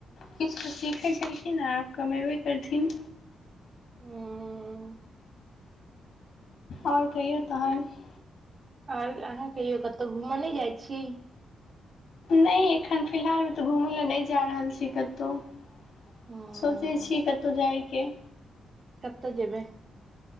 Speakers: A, on the left (about 55°); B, on the right (about 30°).
A: किछु तऽ सीखै छलखिनेँ कमेबे करथिन।
B: हूं। <unintelligible>
A: आओर कहिो त है। <unintelligible>
B: आओर अहाँ कहियौ कतहु घूमय नहि जाइ छी। <unintelligible>
A: नहि एखन फिलहालमे तऽ घुमय लए नहि जा रहल छी कतहु। <unintelligible>
B: हूं
A: सोचै छीिय कतहु जायके। <unintelligible>
B: कत्तऽ जेबै। <unintelligible>